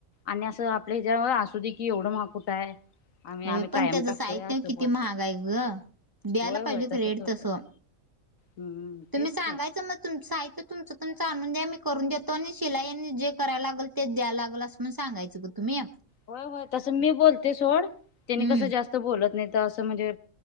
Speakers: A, on the left; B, on the right.
A: आणि असं आपल्या ह्याच्या असू दे की एवढं म कुठं आहे आम्ही
B: होय
A: आम्ही
B: पण
A: कायम
B: त्याचं
A: टाकतोय
B: साहित्य
A: असं
B: किती
A: बोलतात
B: महागा आहे ग द्यायला
A: होय होय
B: पाहिजे
A: तसंच
B: रेट
A: होतं
B: तसं
A: हम्म
B: तुम्ही
A: तेच
B: सांगायं
A: की.
B: मग तुमं आहेय तर तुचं तुमच आणून द्या मी करून देतो आणि शिलाईयाने जे करायला लागल ते द्याय लागेल असंण सगायचं ग तुम्ही
A: होय होय तसं मी बोलते सोड त्याने
B: हम्म
A: कसं जास्त बोलत नाही तर असं म्हणजे